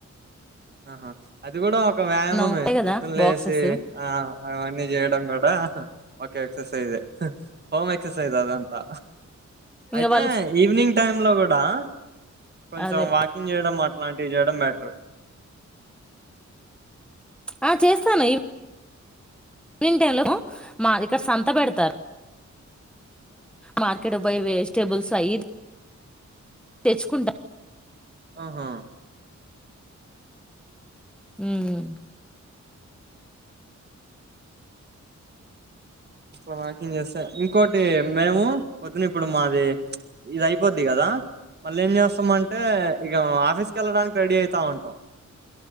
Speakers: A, on the right; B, in the centre.
A: ఆహా అది కూడా ఒక వ్యాయామమే
B: ఉంటాయి కదా
A: పొద్దున్న లేసి
B: బాక్సెస్
A: ఆ అవన్నీ చేయడం కూడా ఓకే ఎక్సర్సైజ్ ఏ హోమ్ ఎక్సర్సైజ్ అదంతా
B: ఇంకా
A: అయితే
B: వాళ్ళు
A: ఈవినింగ్ టైమ్ లో కూడా కొంచెం
B: అదే
A: వాకింగ్ చేయడం అట్లాంటివి చేయడం బెటర్
B: ఆ చేస్తాను ఇ ఈవ్నింగ్ టైంలో మా ఇక్కడ సంత పెడతారు మార్కెట్ కి పొయి వెజిటేబుల్స్ అయి తెచ్చుకుంటా
A: ఆహా
B: మ్మ్
A: ఇ వాకింగ్ చేస్తా ఇంకోటి మేము పొద్దున్న ఇప్పుడు మాది ఇది అయిపోద్ది కదా మళ్ళా ఏం చేస్తాము అంటే ఇక ఆఫీస్కి వెళ్ళడానికి రెడీ అయితా ఉంటాం